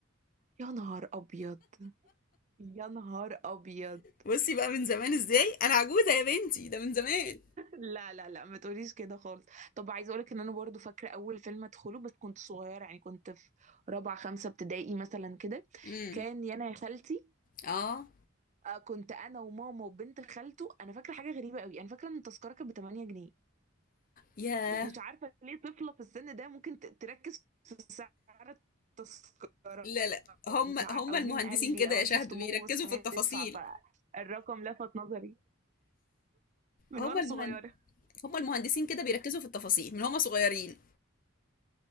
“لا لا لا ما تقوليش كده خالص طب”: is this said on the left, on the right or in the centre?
Right